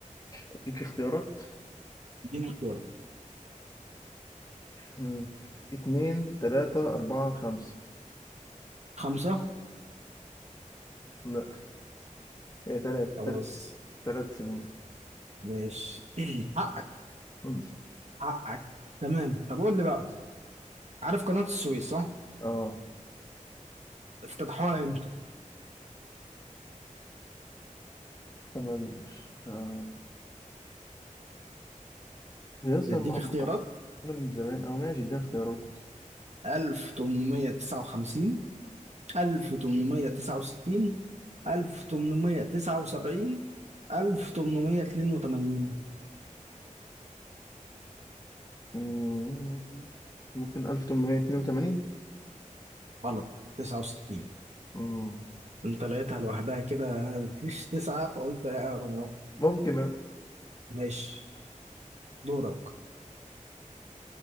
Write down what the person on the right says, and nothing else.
اديني اختيار
خمسة
خلاص
ماشي <clears throat> حقك
حقك تمام طب قول لي بقى عارف قناة السويس صح؟
افتتحوها امتى؟
نديك
اختيارات
1859 1869 1879 1882
غلط 69
انت لقيتها لوحدها كده مفيش تسعة فقلت يا رب.
ماشي دورك